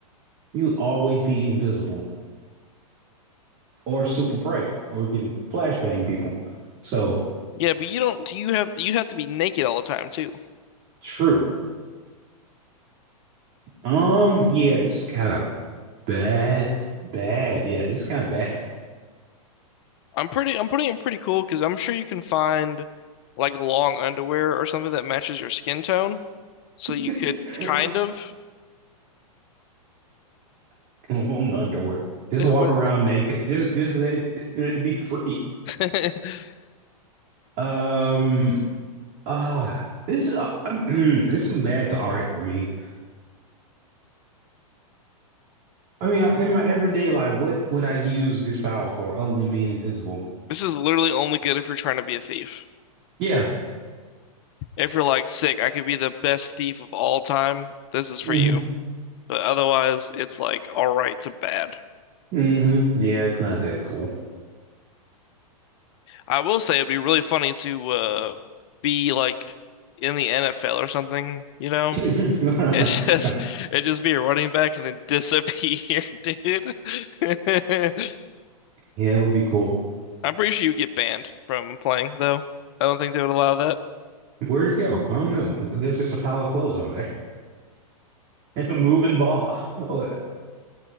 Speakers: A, on the right; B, on the left.
A: You always be invisible or super bright or getting flashbang people. So
B: Yeah, but you don't. Do you have you have to be naked all the time too?
A: true. Um, yeah, this is kind of bad, bad. Yeah, this is kind of bad.
B: I'm pretty. I'm putting it in pretty cool because I'm sure you can find like long underwear or something that matches your skin tone, so you
A: <laughs>
B: could kind of.
A: <laughs> long underwear. Just
B: <laughs>
A: walk
B: with
A: around naked. Just just let it <laughs> let it be free.
B: <laughs>
A: Um ah this is uh, <clears throat> this is some bad to all right for me. I mean, I, in my everyday life, what would I use this power for other than being invisible?
B: This is literally only good if you're trying to be a thief.
A: Yeah.
B: If you're like sick, I could be the best thief of all time. This is for
A: hmm
B: you. But otherwise, it's like all right to bad.
A: hmm Yeah, it's not that cool.
B: I will say it'd be really funny to uh be like in the NFL or something, you know?
A: <laughs>
B: It's <laughs> just it just be a running back and then disappear, <laughs> dude. <laughs>
A: Yeah, it would be cool.
B: I'm pretty sure you get banned from playing though. I don't think they would allow that.
A: Where'd it go? I don't know. There's just a pile of clothes over there <laughs> and a moving ball. <laughs>